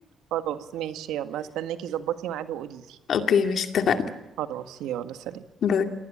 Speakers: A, on the right; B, on the left.
A: خلاص ماشي يلا استناكي ظبطي ميعاد وقوليلي
B: <laughs> اوكي ماشي اتفقنا
A: خلاص يلا سلام
B: باي